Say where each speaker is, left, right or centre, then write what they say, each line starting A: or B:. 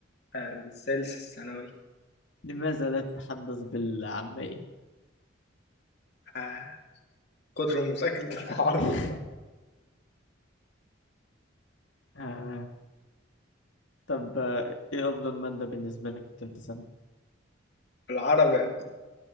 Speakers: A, on the left; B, on the left.
A: الثالث الثانوي
B: لماذا لا تتحدث بالعامية؟
A: آه، كتر مذاكرة <laughs> العربي
B: <laughs>
A: بقى
B: أه طب آه، إيه أفضل مادة بالنسبة لك في تالتة سنة؟
A: العربي يعني.